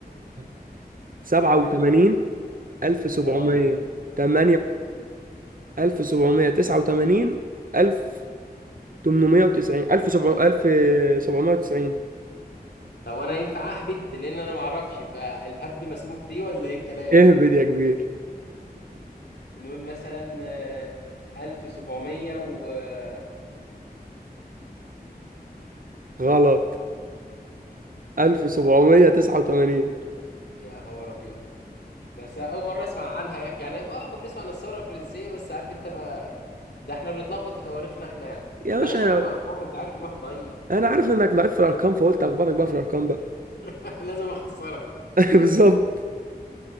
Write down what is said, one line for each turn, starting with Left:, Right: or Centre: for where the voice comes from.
Right: 1787
Left: اي
Right: 1788
Left: 87
Right: 1789 1890 1790
Left: طب انا ينفع اهبد لان انا ما اعرفش فالهبد مسموح بيه ولا ايه الكلام
Right: اهبد يا كبير
Left: نقول مثلا آه، 1780
Right: غلط 1789
Left: يا خبر ابيض بس اول مره اسمع عنها يا اخي يعني اه كنا بنسمع عن الثوره الفرنسيه بس عارف انت ما ده احنا بنتلخبط في تواريخنا احنا يعني
Right: يا
Left: بلاش
Right: باشا
Left: يا عم ارقام ما انت عارف الواحد ضعيف
Right: انا عارف انك ضعيف في الارقام فقلت اخبطك بقى في الارقام بقى
Left: <laughs> لازم اخسرك
Right: <laughs> بالظبط